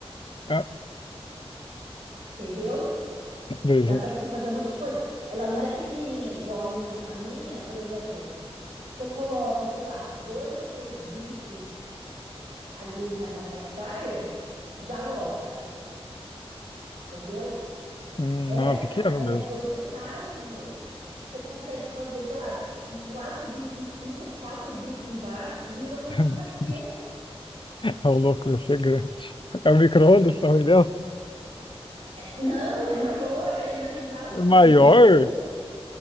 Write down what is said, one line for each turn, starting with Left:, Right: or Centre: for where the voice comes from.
Left: ah,
Right: entendeu?
Left: beleza.
Right: Dá para você fazer um monte de coisa. Ela não é pequenininha igual a minha. A minha, por exemplo, se eu coloco, sei lá, dois ou três bifes ali na, na air fryer, já lota, entendeu?
Left: Hum,
Right: Essa,
Left: Não, é pequeno
Right: ela
Left: mesmo.
Right: é dois andares, meu. Você consegue fazer, sei lá, uns quatro bifes em cima, uns quatro bifes embaixo, vira uma
Left: <laughs>
Right: churrasqueira.
Left: É o louco, deve ser grande. É o micro-ondas, tá entendendo?
Right: Não, é maior, ela é mais alta que
Left: Maior?
Right: o micro-ondas.